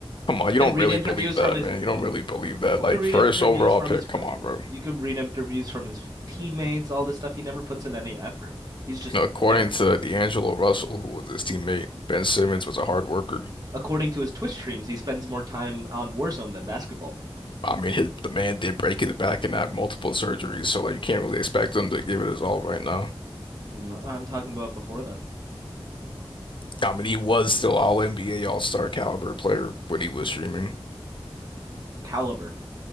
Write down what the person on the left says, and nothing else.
come on,
you
don't
really
believe that,
man. You don't really believe that.
Like
first
overall
pick.
Come on, bro.
Now, according
to D'Angelo Russell, who was his teammate, Ben Simmons was a hard worker.
I mean, his, the man did break his back and have multiple surgeries, so like you can't really expect him to give it his all right now.
I mean, he was still all NBA All-Star caliber player when he was streaming.